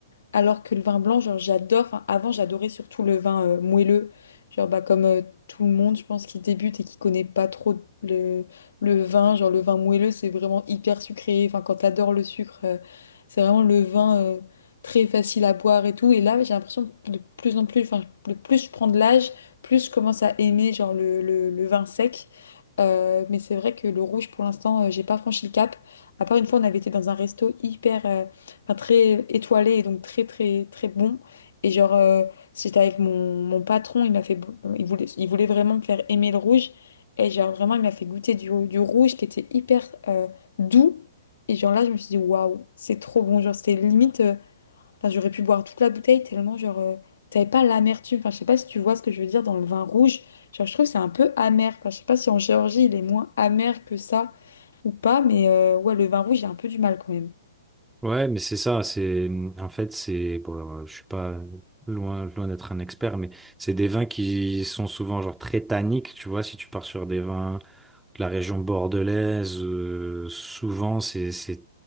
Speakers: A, on the left; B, in the centre.
A: Alors que le vin blanc, genre, j'adore. Enfin, avant, j'adorais surtout le vin euh, moelleux. Genre, bah, comme euh, tout le monde, je pense, qui débute et qui connaît pas trop le, le vin. Genre, le vin moelleux, c'est vraiment hyper sucré. Enfin, quand t'adores le sucre, euh, c'est vraiment le vin euh, très facile à boire et tout. Et là, j'ai l'impression que de plus en plus, enfin, le plus je prends de l'âge, plus je commence à aimer, genre, le, le, le vin sec. Euh, mais c'est vrai que le rouge, pour l'instant, euh, j'ai pas franchi le cap. À part une fois, on avait été dans un resto hyper. euh, enfin, très étoilé et donc très très très bon. Et genre, euh, j'étais avec mon, mon patron, il m'a fait, bo- il voulait, il voulait vraiment me faire aimer le rouge. Et genre, vraiment, il m'a fait goûter du, du rouge qui était hyper euh, doux. Et genre là, je me suis dit, waouh, c'est trop bon. Genre, c'était limite, euh, enfin, j'aurais pu boire toute la bouteille tellement, genre, euh, t'avais pas l'amertume. Enfin, je sais pas si tu vois ce que je veux dire dans le vin rouge. Genre, je trouve que c'est un peu amer. Enfin, je sais pas si en Géorgie, il est moins amer que ça ou pas, mais euh, ouais, le vin rouge, j'ai un peu du mal quand même.
B: Ouais, mais c'est ça. C'est, en fait, c'est, bon, alors, je suis pas loin, loin d'être un expert, mais c'est des vins qui sont souvent genre très tanniques. Tu vois, si tu pars sur des vins la région bordelaise, euh, souvent c'est c'est